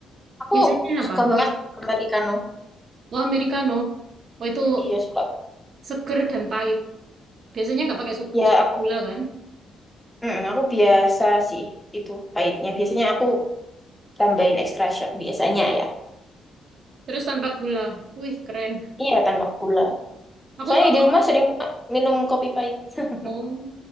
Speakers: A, in the centre; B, on the right.
A: aku
B: Biasanya apa?
A: suka banget americano
B: Oh, americano. Oh, itu
A: iya suka
B: seger dan pahit. Biasanya nggak pakai su-
A: ya
B: su-
A: aku
B: gula kan?
A: Mm, aku biasa sih itu pahitnya. Biasanya aku tambahin extra shot biasanya ya.
B: Terus tanpa gula. Wih, keren.
A: Iya, tanpa gula.
B: Aku
A: Soalnya
B: kalau
A: di rumah sering minum kopi pahit. <laughs>
B: oh,